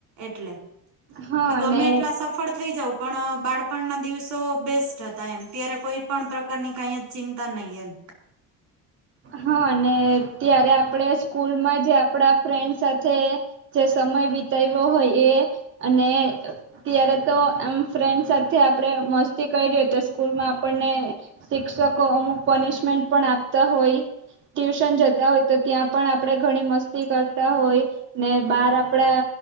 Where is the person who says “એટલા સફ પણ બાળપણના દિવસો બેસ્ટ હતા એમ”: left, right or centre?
Right